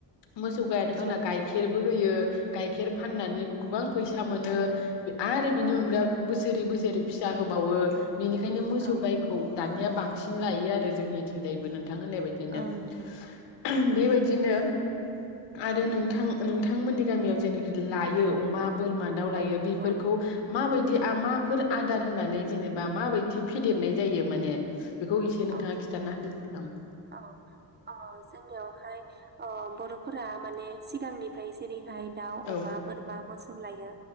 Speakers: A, on the left (about 75°); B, on the right (about 25°).
A: मोसौ गायाथ'
B: औ
A: जोंना गाइखेरबो होयो गाइखेर फाननानै गोबां फैसा मोनो आरो बिनि
B: औ
A: अनगा
B: नंगौ
A: बोसोरै बोसोरै फिसा होबावो बेनिखायनो मोसौ
B: औ
A: गायखौ दानिया बांसिन सिन लायो आरो जोंनिथिंजायबो नों थां होननाय बदिनो
B: औ नंगौ।
A: बेबाय बिदिनो आरो नोंथां नोंथांमोननि गामियाव जेनोखि लायो अमा बोरमा दाउ लायो
B: औ नंगौ
A: बेफोरखौ मा बायदि आं माफोर आदार होनानै जेनेबा माबायदि फेदेरनाय जायो माने बेखौ एसे नोंथाङा
B: औ
A: खिन्थाना होदो
B: औ ओ जोंनियाव हाय ओ ओ बर'फोरा माने सिगांनिफ्राय जेरैहाय दाउ,
A: ओं
B: अमा, बोरमा, मोसौ खौबो लायो।